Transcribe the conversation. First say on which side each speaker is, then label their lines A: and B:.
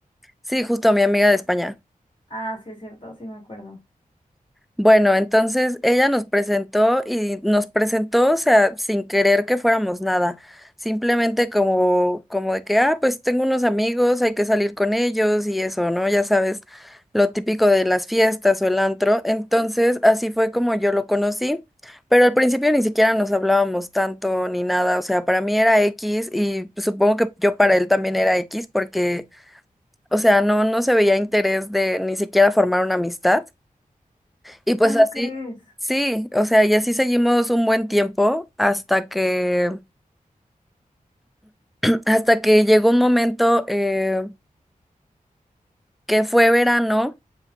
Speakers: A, in the centre; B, on the left (about 35°).
A: Sí, justo a mi amiga de España.
B: Ah, sí, es cierto, sí me acuerdo.
A: Bueno, entonces ella nos presentó y nos presentó, o sea, sin querer que fuéramos nada, simplemente como, como de que, ah, pues tengo unos amigos, hay que salir con ellos y eso, ¿no? Ya sabes, lo típico de las fiestas o el antro. Entonces, así fue como yo lo conocí, pero al principio ni siquiera nos hablábamos tanto ni nada, o sea, para mí era X y supongo que yo para él también era X porque, o sea, no, no se veía interés de ni siquiera formar una amistad. Y pues
B: ¿Cómo
A: así,
B: crees?
A: sí, o sea, y así seguimos un buen tiempo hasta que, <clears throat> hasta que llegó un momento eh, que fue verano